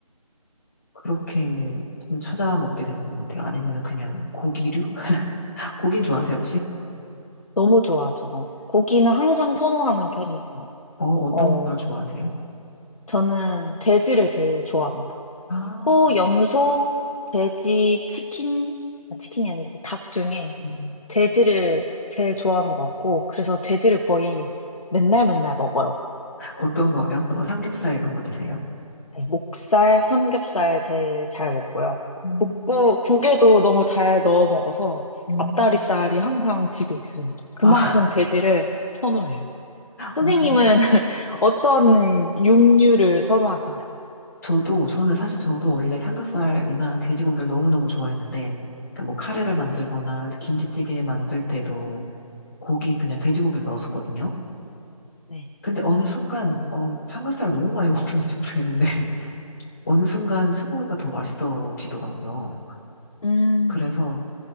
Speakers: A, on the left; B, on the left.
A: 그렇게 좀 찾아 먹게 되는 것 같아요. 아니면 그냥 고기류? <laughs> 고긴 좋아하세요, 혹시?
B: 너무 좋아하죠. 고기는 항상 선호하는 편이고요.
A: 어, 어떤
B: 어,
A: 걸 좋아하세요?
B: 저는 돼지를 제일 좋아합니다.
A: 아,
B: 소, 염소, 돼지, 치킨, 아, 치킨이 아니지, 닭 중에
A: 음.
B: 돼지를 제일 좋아하는 것 같고, 그래서 돼지를 거의 맨날 맨날 먹어요.
A: 어떤 거요? 뭐 삼겹살 이런 거 드세요?
B: 네, 목살, 삼겹살 제일 잘 먹고요.
A: 음,
B: 국구, 국에도 너무 잘 넣어 먹어서
A: 음.
B: 앞다리살이 항상 집에 있습니다. 그만큼
A: 아,
B: 돼지를
A: <laughs>
B: 선호해요. 선생님은
A: 아, 그래.
B: <laughs> 어떤 육류를 선호하시나요?
A: 저도, 저는 사실 저도 원래 삼겹살이나 돼지고기를 너무너무 좋아했는데, 그러니까 뭐 카레를 만들거나 김치찌개 만들 때도 고기, 그냥 돼지고기를 넣었었거든요.
B: 네.
A: 근데 어느 순간, 어, 삼겹살을 너무 많이 <laughs> 먹었는지 모르겠는데, 어느 순간 소고기가 더 맛있어지더라고요.
B: 음,
A: 그래서